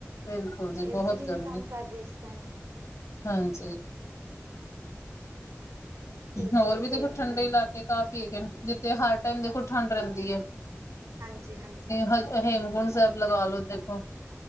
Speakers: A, on the left; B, on the right.
A: ਬਿਲਕੁਲ ਜੀ
B: ਏਸੀ
A: ਬਹੁਤ
B: ਵੀ ਨੀ
A: ਗਰਮੀ
B: ਕੰਮ ਕਰ ਰਏ ਇਸ ਟੈਮ।
A: ਹਾਂਜੀ,
B: ਏਸੀ
A: ਹੋਰ ਵੀ
B: ਫੇਲ
A: ਦੇਖੋ ਠੰਡੇ
B: ਨੇ ਬੰਦਾ
A: ਇਲਾਕੇ ਕਾਫ਼ੀ ਹੈਗੇ ਨੇ, ਜਿੱਥੇ ਹਰ ਟਾਈਮ ਦੇਖੋ ਠੰਡ ਰਹਿੰਦੀ ਐ
B: ਹਾਂਜੀ ਹਾਂਜੀ ਹਾਂ
A: ਹੇਮਕੁੰਟ ਸਾਹਿਬ ਲਗਾਲੋ, ਦੇਖੋ।